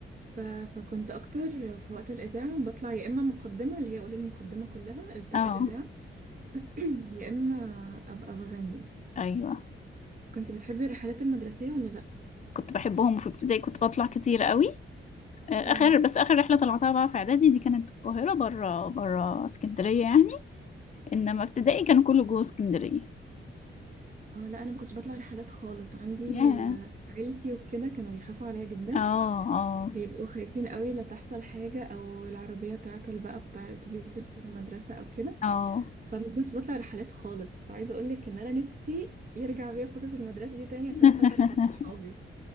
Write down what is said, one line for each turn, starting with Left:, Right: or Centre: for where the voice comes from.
Right: ف... فكنت اكتر في وقت الاذاعه بطلع يا اما مقدمه اللي هي اقول المقدمه كلها بتاعه
Left: اه
Right: الاذاعه <clears throat> يا اما ابقى بغني
Left: ايوه
Right: كنت بتحبي الرحلات المدرسيه ولا لا
Left: كنت بحبهم وفي ابتدائي كنت بطلع كتير قوي آه،
Right: اه
Left: اخر بس اخر رحله طلعتها بقى في اعدادي دي كانت القاهره بره بره اسكندريه يعني انما ابتدائي كان كله جوه اسكندريه
Right: اه لا انا ما كنتش بطلع رحلات خالص عندي
Left: ياه
Right: آه، عيلتي وكده كانوا بيخافوا عليا جدا
Left: اه اه
Right: بيبقوا خايفين قوي لا تحصل حاجه او العربيه تعطل بقى بتاع اتوبيس المدرسه او كده
Left: اه
Right: فما كنتش بطلع رحلات خالص فعايزه اقول لك ان انا نفسي يرجع بيا فتره المدرسه دي تاني عشان
Left: <laughs>
Right: اطلع رحلات مع اصحابي